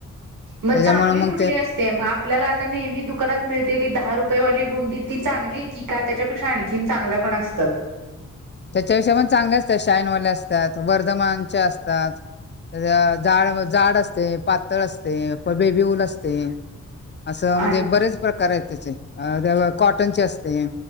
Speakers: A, on the right (about 75°); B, on the left (about 35°).
A: मग
B: त्याच्यामुळे
A: चांगली कुठली
B: मग
A: असते. ते मग आपल्याला आता नेहमी दुकानात मिळते ती दहा रुपयेवाली गुंडी ती चांगली की का त्याच्यापेक्षा आणखी चांगल्या पण असतात?
B: त्याच्याविषयी पण चांगले असतात शाईनवाले असतात वर्धमानच्या असतात. झाड जाड असते पातळ असते प बेबीऊल असते. असं
A: आ
B: म्हणजे बरेच प्रकार आहेत त्याचे कॉटनचे असते.